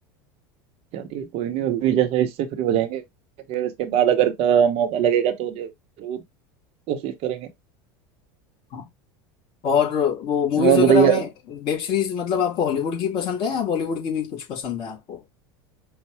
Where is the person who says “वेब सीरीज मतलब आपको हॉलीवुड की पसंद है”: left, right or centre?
Left